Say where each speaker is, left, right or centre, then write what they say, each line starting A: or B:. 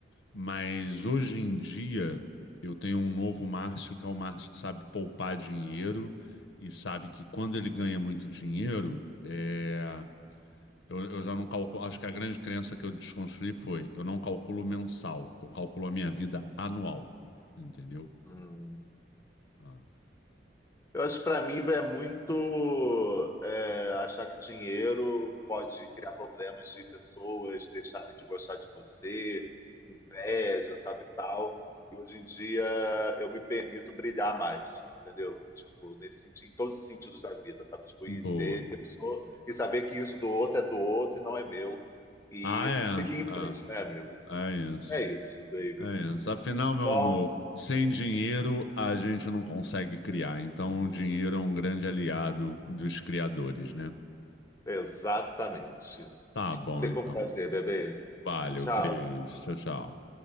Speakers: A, on the left (about 80°); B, on the left (about 15°).
A: Mas hoje em dia eu tenho um novo Márcio, que é o Márcio que sabe poupar dinheiro e sabe que quando ele ganha muito dinheiro, é, eu, eu já não calculo. Acho que a grande crença que eu desconstruí foi: eu não calculo mensal, eu calculo a minha vida anual. Entendeu?
B: uhum.
A: Ah,
B: Eu acho que para mim é muito é, achar que dinheiro pode criar problemas de pessoas deixarem de gostar de você, inveja, sabe, tal. E hoje em dia eu me permito brilhar mais, entendeu? Tipo, nesse sentido, em todos os sentidos da vida, sabe? Tipo,
A: boa.
B: e ser que eu sou, e saber que isso do outro é do outro e não é meu. E
A: Ah, é.
B: seguir em
A: Ah,
B: frente, né, amigo?
A: é isso.
B: É isso, baby.
A: É isso. Afinal, meu
B: Bom,
A: amor, sem dinheiro a gente não consegue criar. Então, o dinheiro é um grande aliado dos criadores,
B: hum,
A: né?
B: exatamente.
A: Tá bom,
B: Sempre
A: então.
B: um prazer, bebê.
A: Valeu,
B: Tchau.
A: beijo, tchau, tchau.